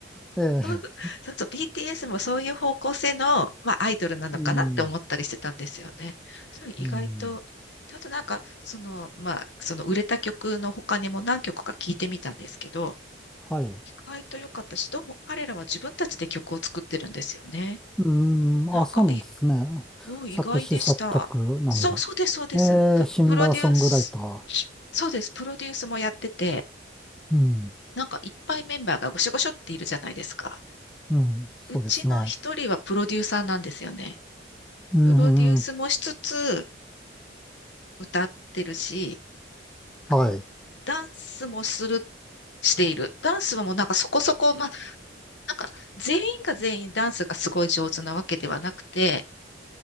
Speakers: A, in the centre; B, on the left.
A: ええ
B: そうそう、そうそう、BTS もそういう方向性の、まあ、アイドルなのかなって思ったりしてたんですよね。
A: うん、
B: それ意外と、
A: うん、
B: あとなんか、その、まあ、その売れた曲の他にも何曲か聞いてみたんですけど、
A: はい。
B: 意外と良かったし、どうも彼らは自分たちで曲を作ってるんですよね。
A: うん、
B: なんかいい、
A: あ、そうなんですね。
B: お、意外でした。
A: 作詞作曲なんだ。
B: そう、そうです、そうです。
A: ええシンガーソングライター。
B: プ、プロデュース、そうです、プロデュースもやってて、
A: うん、
B: なんかいっぱいメンバーがごしょごしょっているじゃないですか。
A: うん、そうですね。
B: うちの一人はプロデューサーなんですよね。
A: うん、
B: プロデュースもしつつ、
A: うん
B: 歌ってるし、あの、
A: はい。
B: ダンスもする、している。ダンスはもうなんかそこそこ、まあ、なんか全員が全員ダンスがすごい上手なわけではなくて、